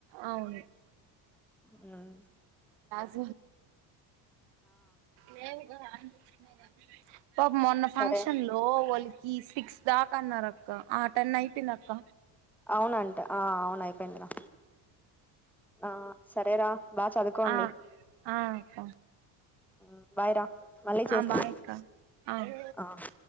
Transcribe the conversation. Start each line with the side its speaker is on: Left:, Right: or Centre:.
Right: అవును
Centre: హ్మ్
Right: వా లేేవుగా అనిపించినయి గానీ మీ పాపం మొన్న
Centre: సరే
Right: ఫంక్షన్ లో వాలి ఈ సిక్స్ దాకన్నారక్క. ఆహ్ టెన్ అయిపోందక్క.
Centre: అవునంట. అవును అయిపోయిందిరా. ఆహ్ సరేరా. బాగా చదువుకోండి
Right: ఆహ్ ఆహ్ అక్క.
Centre: ఉమ్ బాయ్ రా మళ్ళీ చేస్తా
Right: ఆ బాయ్ అక్క ఆ
Centre: ఆహ్.